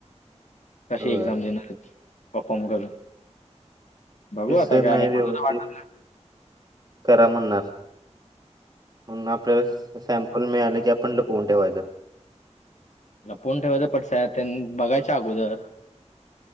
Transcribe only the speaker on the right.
होय.
ते
सर
नाही व्यवस्थित.
करा म्हणणार म्हणून आपल्यालाचं सॅम पण मिळाले की आपण लपवून ठेवायच.